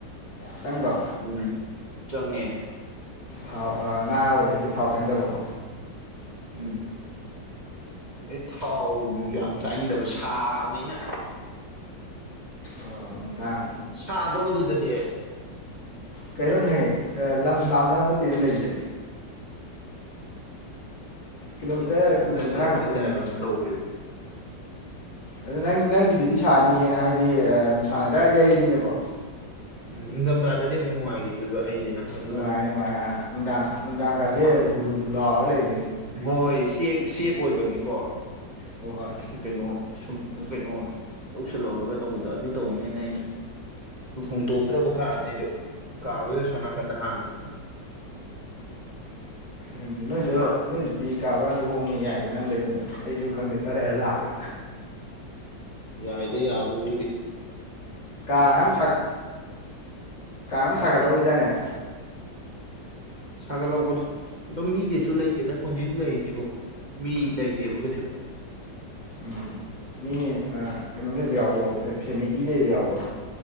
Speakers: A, on the left; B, on the right.
A: ꯆꯪꯕ꯭ꯔꯣ
B: ꯑꯗꯨꯅ ꯆꯪꯉꯦ
A: ꯊꯥꯎ ꯉꯥ ꯌꯥꯎꯔꯕꯗꯤ ꯊꯥꯎ ꯆꯪꯗꯕꯀꯣ
B: ꯎꯝ ꯑꯩ ꯊꯥꯎ ꯅꯨꯡꯁꯨ ꯌꯥꯝ ꯆꯥꯅꯤꯡꯗꯕ ꯁꯥꯕꯅꯤꯅ
A: ꯑꯣ ꯅꯨꯡꯗꯥꯡ
B: ꯁꯥꯗ꯭ꯔꯣ ꯑꯗꯨꯗꯗꯤ
A: ꯀꯩꯅꯣꯅꯦ ꯍꯦ ꯂꯝ ꯂꯥꯞꯅꯕ ꯅꯠꯇꯦꯅ ꯂꯩꯖꯦ ꯀꯤꯂꯣꯃꯤꯇꯔ
B: ꯑꯩꯈꯣꯏ ꯁꯤꯗꯅ
A: ꯀꯨꯟ
B: ꯈꯔ
A: ꯀꯨꯟꯊ꯭ꯔꯥ
B: ꯍꯦꯟꯕ
A: ꯈꯛꯇꯅꯤꯅꯦ
B: ꯇꯥꯏꯞ ꯑꯃꯁꯨ ꯇꯧꯋꯦꯕꯥ
A: ꯑꯗꯨ ꯅꯪ ꯅꯪꯒꯤꯗꯨꯗꯤ ꯁꯥꯅꯤꯌꯦ ꯍꯥꯏꯗꯤ ꯅꯨꯡꯁꯥꯅ ꯗꯥꯏꯔꯦꯛ ꯌꯩꯕꯅꯤꯅꯀꯣ
B: ꯎꯝ ꯏꯪꯊꯝꯊꯥꯗꯗꯤ ꯑꯃꯨꯛ ꯅꯨꯡꯉꯥꯏꯈꯤꯗꯣꯏꯕ ꯑꯩꯁꯤꯅ ꯑꯗꯨꯅ
A: ꯅꯨꯡꯉꯥꯏ ꯅꯨꯡꯉꯥꯏ ꯅꯨꯡ ꯅꯨꯡꯗꯥꯡ ꯀꯁꯦ ꯑꯗꯨꯝꯨ ꯂꯨꯝ ꯂꯨꯝꯐꯨ ꯂꯩꯕ
B: ꯍꯣꯏ ꯆ ꯆꯦꯛ ꯑꯣꯏꯕꯒꯤ ꯀꯣ
A: ꯍꯣꯏ ꯍꯣꯏ
B: ꯀꯩꯅꯣ ꯁꯨꯝ ꯀꯩꯅꯣ ꯇꯧꯁꯤꯜꯍꯧꯔꯒ ꯇꯧꯕꯤꯗꯣ ꯑꯗꯨ ꯇꯧꯅꯦꯅ ꯑꯩꯅ ꯍꯣꯡꯇꯣꯛꯇ꯭ꯔꯕ ꯀꯥꯁꯤꯁꯨ ꯀꯥꯕꯗ ꯁꯣꯝ ꯅꯥꯀꯟꯗ ꯍꯥꯡꯕꯅꯤ
A: ꯍꯗ ꯅꯣꯏꯗ ꯅꯣꯏꯁꯤꯗꯤ ꯀꯥ ꯕ꯭ꯔꯥꯁꯨ ꯍꯣꯡꯉꯤ ꯌꯥꯏꯗ ꯅꯪ ꯂꯩꯇꯗꯅ ꯑꯩꯁꯨ ꯈꯪꯗꯦ ꯈꯔꯦ ꯈꯔ ꯂꯥꯛꯄ꯭ꯔꯣ
B: ꯌꯥꯏꯗ ꯌꯥꯕꯗꯤ
A: ꯀꯥ ꯃꯌꯥꯝ ꯀꯥ ꯃꯌꯥꯝ ꯁꯥꯒꯠꯍꯧꯔꯤꯗꯥꯏꯅꯦ
B: ꯁꯥꯒꯠꯍꯧꯕ ꯑꯗꯨꯝ ꯃꯤ ꯀꯩꯁꯨ ꯂꯩꯇꯦꯗ ꯍꯧꯖꯤꯛ ꯂꯩꯔꯤꯁꯤꯕ ꯃꯤ ꯂꯩꯇꯦꯕ ꯀꯩꯁꯨ
A: ꯎꯝ ꯃꯤ ꯀꯩꯅꯣ ꯂꯩꯕ ꯌꯥꯎꯕ꯭ꯔꯣ ꯐꯦꯃꯤꯂꯤ ꯂꯩꯕ ꯌꯥꯎꯕ꯭ꯔꯣ